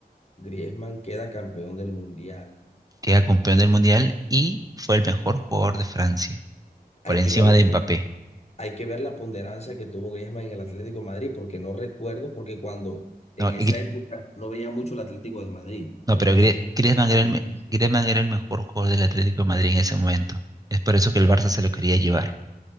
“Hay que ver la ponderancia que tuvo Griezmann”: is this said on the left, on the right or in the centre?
Left